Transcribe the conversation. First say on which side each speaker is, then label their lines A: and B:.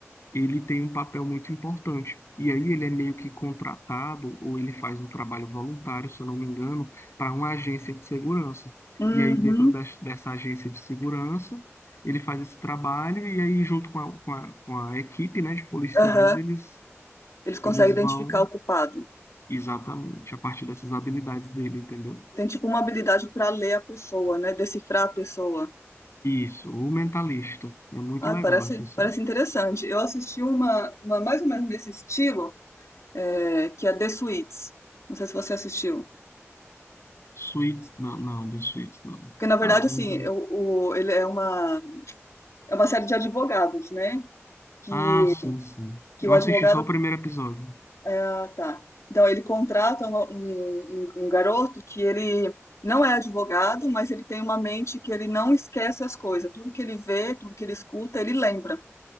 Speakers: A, on the left; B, on the left.
A: ele tem um papel muito importante. E aí ele é meio que contratado, ou ele faz um trabalho voluntário, se eu não me engano, para uma agência de segurança.
B: Uhum.
A: E aí dentro des- dessa agência de segurança, ele faz esse trabalho e aí junto com a, com a, com a equipe, né, de policiais,
B: Aham.
A: eles,
B: Eles conseguem
A: eles
B: identificar
A: vão
B: o culpado.
A: exatamente a partir dessas habilidades dele, entendeu?
B: Tem tipo uma habilidade para ler a pessoa, né? Decifrar a pessoa.
A: Isso, o Mentalista. É muito
B: Ai,
A: legal
B: parece,
A: essa série.
B: parece interessante. Eu assisti uma, uma mais ou menos desse estilo, é, que é The Suits. Não sei se você assistiu.
A: Suits, não, não, The Suits, não.
B: Porque, na verdade,
A: Ah, ainda.
B: assim, eu- o, ele é uma, é uma série de advogados, né? Que,
A: Ah, sim, sim.
B: que
A: Eu
B: o
A: assisti
B: advogado.
A: só o primeiro episódio.
B: é, ah, tá. Então, ele contrata uma- um, um, um garoto que ele não é advogado, mas ele tem uma mente que ele não esquece as coisas. Tudo que ele vê, tudo que ele escuta, ele lembra.